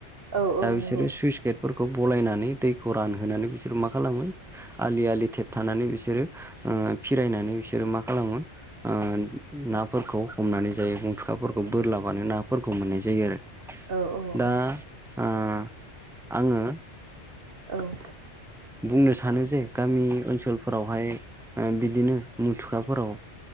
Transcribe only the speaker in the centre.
दा बिसोरो
सुइस गेटफोरखौ बलायनानै दैखौ रानहोनानै बिसोरो मा खालामो आलि आलि थेबथानानै बिसोरो फिरायनानै बिसोरो मा खालामो ओ नाफोरखौ हमनानै जायो बुं फोरखौ
बोरलाबानो नाफोरखौ मोननाय जायो आरो
आ-आ आंङो
बुंनो सानो जे गामि ओनसोलफोरावहाय बिदिनो मुथुखाफोराव